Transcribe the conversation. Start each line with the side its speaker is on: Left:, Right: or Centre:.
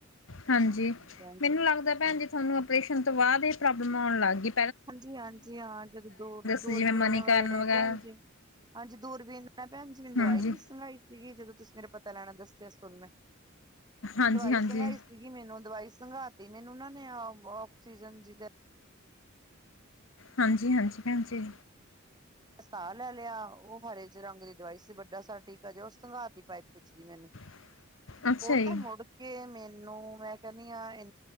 Left: ਹਾਂਜੀ
Right: ਭੈਣ
Left: ਮੈਨੂੰ
Right: ਜੀ
Left: ਲਗਦਾ ਭੈਣਜੀ- ਤੁਹਾਨੂੰ ਆਪਰੇਸ਼ਨ ਤੋਂ ਬਾਅਦ ਇਹ ਪ੍ਰੋਬਲਮ ਆਉਣ ਲੱਗ ਗੀ।
Right: ਹਾਂਜੀ-ਹਾਂਜੀ ਹਾਂ ਜਦੋਂ ਦੂਰ ਦੂਰਬੀਨ
Left: ਸੀ ਜਿਵੇਂ ਮਨੀਕਰਨ
Right: ਨਾ ਹੋਏ ਨੇ
Left: ਵਗੈਰਾ
Right: ਭੈਣ ਜੀ। ਹਾਂਜੀ, ਦੂਰਬੀਨ ਨਾਲ ਭੈਣ ਜੀ ਮੈਨੂੰ ਦਵਾਈ
Left: ਹਾਂਜੀ,
Right: ਨੀ ਸੰਗਾਈ। ਸੀਗੀ ਜਦੋਂ ਤੁਸੀਂ ਮੇਰਾ ਪਤਾ ਲੈਣਾ ਆਂਦੇ ਸੀ ਹੋਸਪੀਨੇ,
Left: ਹਾਂਜੀ,
Right: ਦਵਾਈ
Left: ਹਾਂਜੀ।
Right: ਸੁਗਾਈ। ਸੀਗੀ ਮੈਨੂੰ ਦਵਾਈ ਸੰਘਾਤੀ ਮੈਨੂੰ ਉਹਨਾਂ ਨੇ ਆਕਸੀਜਨ ਜਿਦਾ
Left: ਹਾਂਜੀ-ਹਾਂਜੀ ਭੈਣ ਜੀ।
Right: ਸਾਹ ਲੈ ਲਿਆ ਉਹ ਹਰੇ ਜੇ ਰੰਗ ਦੀ ਦਵਾਈ ਸੀ ਵੱਡਾ ਸਾ ਟੀਕਾ ਜਿ ਉਸ ਸੰਘਾ ਤੀ ਪਾਈਪ ਵਿੱਚ ਦੀ ਮੈਨੂੰ।
Left: <inaudible>
Right: ਓ
Left: ਜੀ,
Right: ਤਾਂ ਮੁੋੜ ਕਿ ਮੈਨੂੰ ਮੈਂ ਕਹਿੰਦੀ ਆਂ ਇ